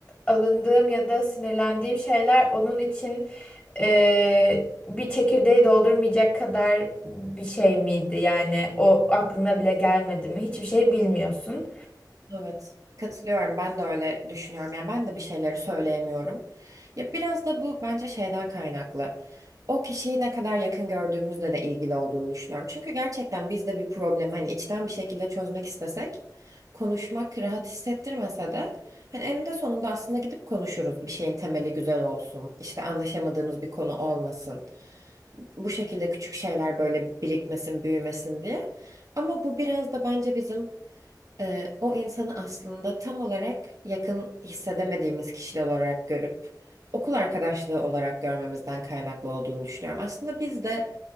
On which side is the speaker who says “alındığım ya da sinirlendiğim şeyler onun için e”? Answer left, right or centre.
Left